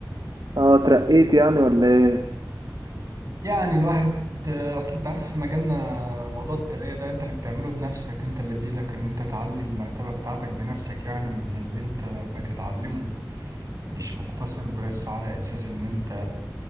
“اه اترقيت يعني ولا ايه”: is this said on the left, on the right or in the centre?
Right